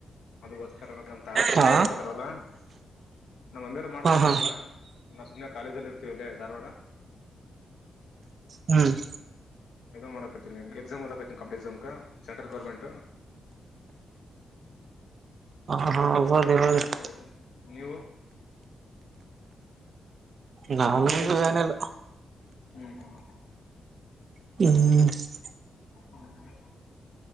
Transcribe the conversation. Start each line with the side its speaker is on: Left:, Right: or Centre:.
Left: ಅದಕ್ಕೋಸ್ಕರ ನ ತಯಾರ
Right: ಹಾ
Left: ನೋಡ್ಕೋತಾರಲ್ಲ ನಮ್ಮ ಮಮ್ಮಿಾರ ಮಾಡ್ತಾರವಲ್ಲ
Right: ಹಾ ಹಾ
Left: ಎಲ್ಲ. ನಾ- ಸುಮ್ಮನೆ ಕಾಲೇಜಲ್ಲಿ ಇರ್ತೀವಿ ಎಲ್ಲ ಧಾರವಾಡ.
Right: ಹ್ಮ್-
Left: ಮಾಡಕ ಎಕ್ಸಾಮ್ ಓದಕತ ಕಂಪ್ಲಟ್ ಎಕ್ಸಾಮ್ ಸಂಟ್ರಲ್ ಗೌರ್ಮೆಂಟ್.
Right: ಹ ಹೌದು
Left: ಹಾ
Right: ಹೌದು
Left: -ಓದ್ತಾ ಇದೆ ನೀವು
Right: ನಂದ
Left: ಯಾವ್ದಾದ್ರು
Right: ಸಗನಲ್ಲ.
Left: ಎಕ್ಸಾಮ್ ಹ್ಮ್ -ಹ್ಮ್
Right: ಹ್ಮ್-
Left: ಹ್ಮ್